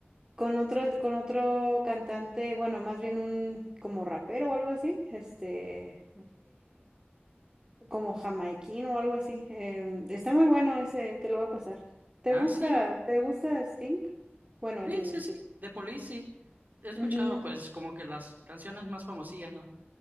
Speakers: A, on the right (about 20°); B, on the right (about 45°).
A: con otro, con otro cantante, bueno, más bien un como rapero o algo así, este, como jamaiquino o algo así. Em, está muy bueno ese, te lo va a pasar. ¿Te
B: Ah,
A: gusta,
B: sí.
A: te gusta Sting? Bueno,
B: Sí,
A: el...
B: sí, sí. De Police, sí. He escuchado
A: ujú,
B: pues como que las canciones más famosillas, ¿no?